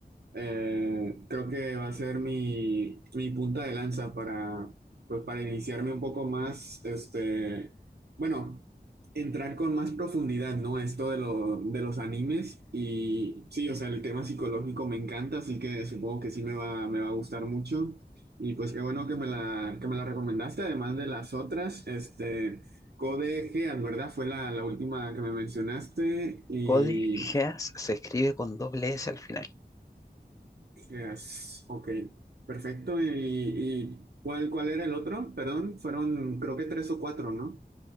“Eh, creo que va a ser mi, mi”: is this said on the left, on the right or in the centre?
Right